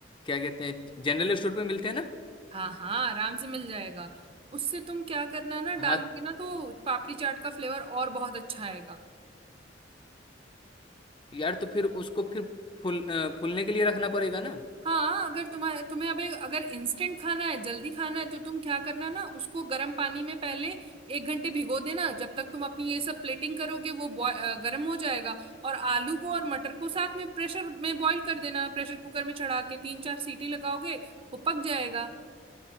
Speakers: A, on the left; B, on the right.
A: क्या कहते हैं जनरल स्टोर पे मिलते हैं ना
B: हाँ हाँ आराम से मिल जाएगा उससे तुम क्या करना ना डालोगे
A: हाँ
B: ना तो पापड़ी चाट का फ्लेवर और बहुत अच्छा आएगा
A: यार तो फिर उसको फिर फूल अ, फूलने के लिए रखना पड़ेगा ना
B: हाँ अगर तुम्हारे तुम्हें अबे अगर इंस्टेंट खाना है जल्दी खाना है तो तुम क्या करना ना उसको गर्म पानी में पहले एक घंटे भिगो देना जब तक तुम अपनी ये सब प्लेटिंग करोगे वो बॉय- अ, गर्म हो जाएगा और आलू को और मटर को साथ में प्रेशर में बॉईल कर देना प्रेशर कुकर में चढ़ा के तीन चार सीटी लगाओगे वो पक जाएगा